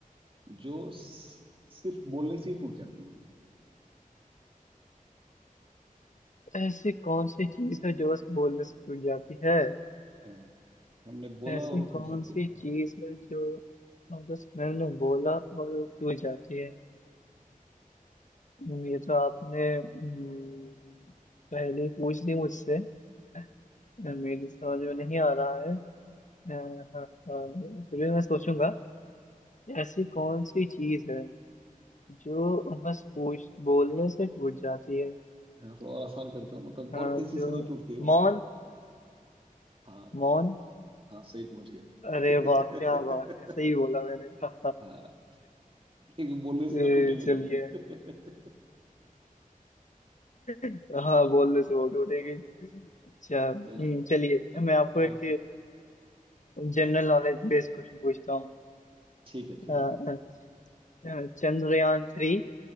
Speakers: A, on the right; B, on the left.
A: जो सि- सिर्फ बोलने से ही टूट जाती है
B: ऐसी कौन सी चीज है जो बस बोलने से टूट जाती है
A: हाँ, हमने बोला
B: ऐसी
A: और वो
B: कौन
A: टूट जाते
B: सी चीज है जो और बस मैंने बोला और वो टूट जाती है हम्म, ये तो आपने हम्म, पहले ही पूछ ली मुझसे अ, मेरी समझ में नहीं आ रहा है अ, हाँ, हाँ, फिर भी मैं सोचूंगा ऐसी कौन सी चीज है जो बस पूछ बोलने से टूट जाती है
A: हाँ तो और आसान करता हूँ मतलब
B: अ,
A: और किसी
B: जो
A: से नहीं टूटती हो
B: मौन
A: हाँ
B: मौन
A: हाँ सही पहुंच गए
B: अरे
A: <laughs>
B: वाह क्या बात है सही बोला मैंने <laughs>
A: हाँ क्योंकि बोलने से तो
B: ए,
A: टूटेगी
B: चलिए
A: ना <laughs>
B: हाँ बोलने से वोट उठेगी अच्छा हम्म,
A: चलो
B: चलिए
A: अ-
B: मैं आपको
A: अब
B: एक
A: आप
B: जनरल नॉलेज बेस्ड क्वेश्चन पूछता हूँ
A: ठीक है ठीक
B: अ, अ,
A: है
B: अ, चंद्रयान थ्री